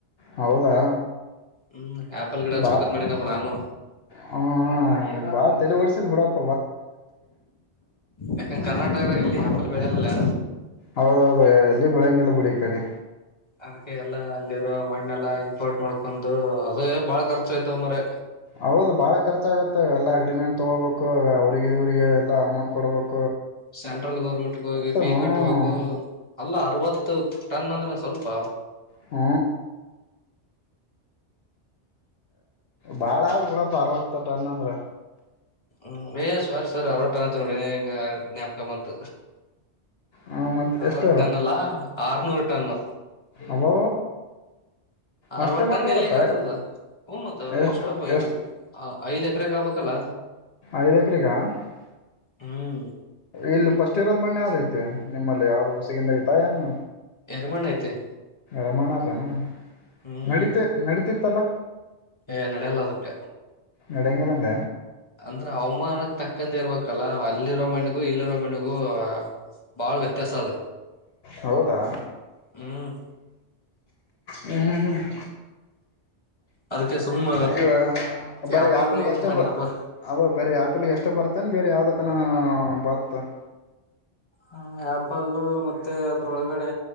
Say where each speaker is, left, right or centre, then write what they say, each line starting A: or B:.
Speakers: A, on the left; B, on the left.
A: ಹೌದಾ
B: ಹ್ಮ್ ಆಪಲ್ ಗಿಡ ಹಚ್ಬೇಕತ್
A: ಬಾ
B: ಮಾಡಿನಪ್ಪ ನಾನು
A: ಹ ಬಾ ತೆರೆ ಡ್ <inaudible>
B: ಯಾಕಂದ ಕರ್ನಾಟಕದ ಎಲ್ಲಿ ಹಾಪ ಬೆಳಲ್ಲಲ್ಲ
A: ಹೌದೌದುಯ ಎಲ್ಲಿ ಬೆಳಂಗಿಲ್ಲ ಬಿುಡಿ ಈ ಕಡೆ
B: ಅದಕ್ಕೆ ಎಲ್ಲಾ ಅಲ್ಲಿರೋ ಮಣ್ಣೆಲ್ಲಾ ಇಂಪೋರ್ಟ್ ಮಾಡ್ಕೊಂಡು ಅದೇ ಬಾಳ ಖರ್ಚು ಆಯ್ತವ ಮರೆ
A: ಹೌದು ಬಾಳ ಖರ್ಚ ಆಗತ್ತ ಎಲ್ಲಾ ಅಗ್ರಿಮೆಂಟ್ ತೊಗೋಬೇಕು ಅವ್ರಿಗೆ ಇವರಿಗೆ ಎಲ್ಲ ಅಮೌಂಟ್ ಕೊಡಬೇಕು
B: ಸೆಂಟ್ರಲ್ ಗೌರ್ಮೆಂಟ್ಗೆ ಹೋಗಿ ಪೀ
A: ಹ್ಮ್
B: ಕಟ್ಬೇಕು ಅಲ್ಲ ಅರವತ್ತು ಟನ್ ಅಂದ್ರೆ ಸ್ವಲ್ಪ
A: ಹ್ಮ ಬಾಳ ಆದ ಬಿಡ ಅರ್ವತ್ತ ಟನ್ ಅಂದ್ರ
B: ಹ್ಮ್ ಏ ಸವಾರಿ ಸವಾರಿ ಹಲವಟ ನೋಡಿನ ಈಗ ಜ್ಞಾಪಕ ಮತ್
A: ಹ ಮತ್ತ
B: ಅರವತ್ತು
A: ಎಷ್ಟು
B: ಟನ್ ಅಲ್ಲಾ ಆರನೂರ್ ಟನ್ನು
A: ಅಬೋ
B: ಅರವತ್ತು
A: ಅಷ್ಟು ಮಣ್ಣು
B: ಟನ್
A: ಹೋಗತ್ತ
B: ಎಲ್ಲಿಗ್ ಆತದ ಹೂ ಮತ್ತ
A: ಎ
B: ಎಷ್ಟಪ್ಪ ಈಗ
A: ಎಷ್ಟ
B: ಐದ್ ಎಕರೆಕ್ ಆಗ್ಬೇಕಲ್ಲ
A: ಐದ ಎಕ್ರಗ <unintelligible>
B: ಹ್ಮ್
A: ಇಲ್ಲಿ ಫಸ್ಟ್ ಇರೋದ್ ಮಣ್ ಯಾವುದೈತೆ ನಿಮ್ಮಲ್ಲಿ ಯಾವ್ದ್ ಉಸಿಗಿಂದ ಐತಾ ಏನು
B: ಎರಿಮಣ್ ಐತಿ
A: ರಮಣ ಅದನು
B: ಹ್ಮ್
A: ನಡತ ನಡತ ತ್ತಲ
B: ಏ ನಡೆಯಲ್ಲ ಅದಕ್ಕ
A: ನಡೆಂಗಿಲಂಗ
B: ಅಂದ್ರ ಅವಾಮಾನಕ್ಕೆ ತಕ್ಕಂತೆ ಇರ್ಬೇಕಲ್ಲ ಅಲ್ಲಿರೋ ಮಣ್ಣಿಗೂ ಇಲ್ಲಿರೋ ಮಣ್ಣಿಗೂ ಬಾಳ್ ವ್ಯತ್ಯಾಸ ಅದ
A: ಹೌದಾ <inaudible>
B: ಹ್ಮ್
A: ಹ್ಮ್ ಹ್ಮ ಹ್ಮ
B: ಅದಕ್ಕೆ ಸುಮ್ಮ್
A: ಅಯವ ಬರೀ
B: ಆಪಲ್
A: ಆಪಲ್ಗೆ
B: ಬೆಳ್ಬೇಕಂತ
A: ಎಷ್ಟ
B: ಮಾಡಿನಪ್ಪ
A: ಬ ಅದ ಬರಿ ಆಪಲ್ಗೆ ಎಷ್ಟು ಬರ್ತೇನ್ ಬೇರೆ ಯಾವ್ದಕ್ಕ ವತ್ತ <unintelligible>
B: ಹ ಆಪಲ್ಲು ಮತ್ ಮತ್ತೆ ಅದ್ರೊಳಗಡೆ